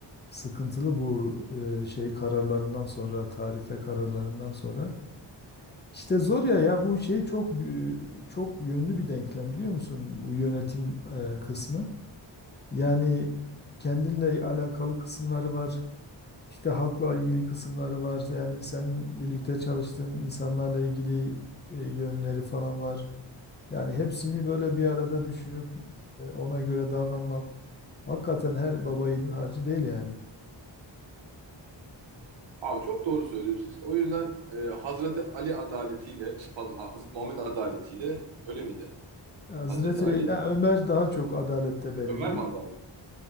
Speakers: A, on the left; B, on the right.
A: sıkıntılı bu e, şey kararlarından sonra, tarife kararlarından sonra. İşte zor ya ya bu şey çok e, çok yönlü bir denklem biliyor musun? Bu yönetim e, kısmı. Yani kendinle alakalı kısımları var. İşte halkla ilgili kısımları var. Yani sen birlikte çalıştığın insanlarla ilgili e, yönleri falan var. Yani hepsini böyle bir arada düşünüp e, ona göre davranmak hakikaten her baba yiğidin harcı değil yani.
B: Abi çok doğru söylüyorsun. İşte o yüzden e, Hazreti Ali adaletiyle, işte pardon, Hazreti Muhammed adaletiyle öyle miydi?
A: Hazreti
B: Hazreti Ali
A: ya Ömer daha çok adalette belirgin.
B: Ömer mi adaleti?